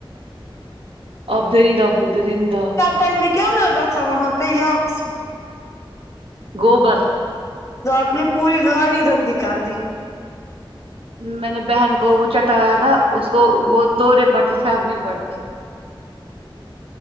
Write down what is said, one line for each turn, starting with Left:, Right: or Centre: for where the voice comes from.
Right: اب دریندا ہو دریندہ
Left: تیل میں کیا لگا تھا وہاں پے یاکس
Right: گوبر
Left: تو آپ نے پوری گاڑی گندی کر دی
Right: میں نے بہن کو وہ چٹایا نا اس کو وہ دورے پڑتے تھے اب نہیں پڑتے